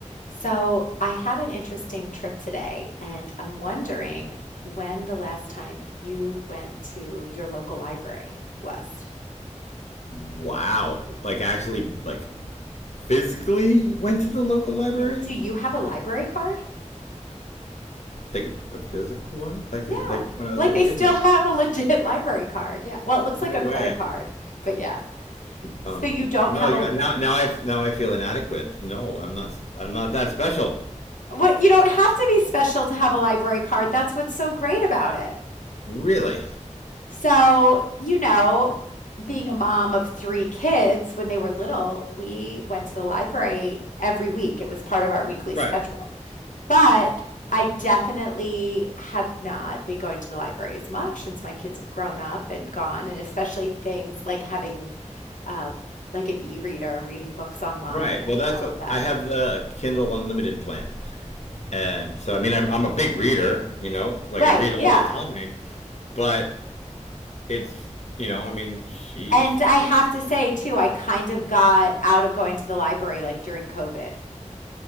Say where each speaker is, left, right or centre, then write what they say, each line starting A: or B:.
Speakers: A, on the left; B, on the left.
A: So, I had an interesting trip today, and I'm wondering when the last time you went to your local library was.
B: Wow. Like actually like physically went to the local library?
A: Yeah. Do you have a library card?
B: Like a, a physical one? Like
A: Yeah.
B: a, like when I was
A: Like
B: a
A: they
B: kid?
A: still
B: No.
A: have a legit <laughs> library card. Yeah. Well, it looks
B: No
A: like a
B: way.
A: credit card, but yeah. So
B: Um
A: you don't
B: no,
A: have
B: you
A: a
B: now now I f- now I feel inadequate. No, I'm not I'm not that special.
A: what you don't have to be special to have a library card. That's what's so great about it.
B: Really?
A: So, you know, being a mom of three kids, when they were little, we went to the library every week. It was part of our weekly schedule.
B: Right.
A: But I definitely have not been going to the library as much since my kids have grown up and gone, and especially things like having uh, like an e-reader and reading books online
B: Right.
A: and
B: Well, that's
A: all
B: what,
A: of that.
B: I have the Kindle Unlimited plan. And so I mean I'm I'm a big reader, you know? Like
A: Right,
B: I read
A: yeah.
B: all the time, but it's you know, I mean, jeez,
A: And I
B: like
A: have to say too, I kind of got out of going to the library like during COVID.